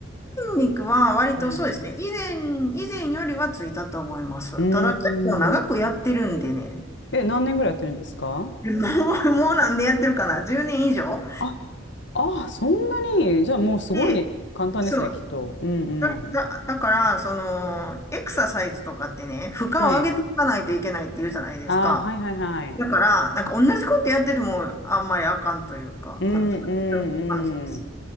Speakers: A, on the left (about 15°); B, on the left (about 65°).
A: 筋肉は割とそうですね。
B: うん。
A: 以前、以前よりはついたと思います。
B: うーん。
A: ただ結構長くやってるんでね。
B: え、何年ぐらいやってるんですか
A: <laughs> でもう、もうなんでやってるかな ?10 年以上
B: あ、あ、そんなに。じゃあもうすごい簡単ですね、
A: で、そう。
B: きっと。うんうん。
A: だ、だ、だから、その、エクササイズとかってね、負荷を上げていかないといけないって言うじゃないですか。
B: はい。あー、はいはいはい。
A: だから、なんか同じことやっててもあんまりあかんというか、
B: うん
A: うん、そう感じます。
B: うんうん。